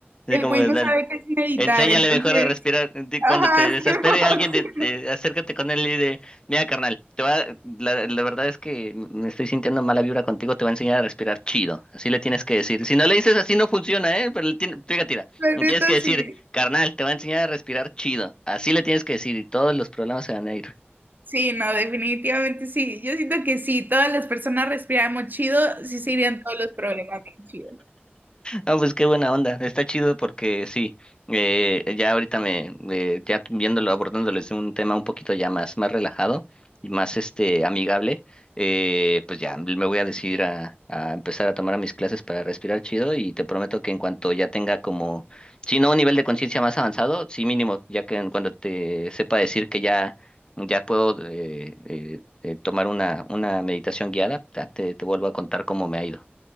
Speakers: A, on the left; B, on the right.
A: Es
B: el
A: como
B: güey
A: es
B: no
A: al-
B: sabe qué es meditar,
A: enséñale
B: entonces,
A: mejor a respirar. Di- Cuando
B: ajá,
A: te desespere
B: <laughs> Simón,
A: alguien, de,
B: Simón.
A: de- acércate con él y de, mira, carnal, te va, la, la verdad es que me estoy sintiendo mala vibra contigo, te va a enseñar a respirar chido. Así le tienes que decir. Si no le dices así no funciona, ¿eh? Pero le tien- fíjate, mira,
B: La
A: le
B: neta,
A: tienes que decir,
B: sí.
A: carnal, te va a enseñar a respirar chido. Así le tienes que decir y todos los problemas se van a ir.
B: Sí, no, definitivamente sí. Yo siento que sí, todas las personas respiramos chido, sí se irían todos los problemas bien chido.
A: No, pues qué buena onda. Está chido porque sí, eh, ya ahorita me, eh, ya viéndolo, abordándolo desde un tema un poquito ya más, más relajado y más este amigable, eh, pues ya me voy a decidir a, a empezar a tomar mis clases para respirar chido y te prometo que en cuanto ya tenga como, si no un nivel de conciencia más avanzado, sí mínimo, ya que en cuando te sepa decir que ya, ya puedo eh, eh, eh, tomar una, una meditación guiada, ya te, te vuelvo a contar cómo me ha ido.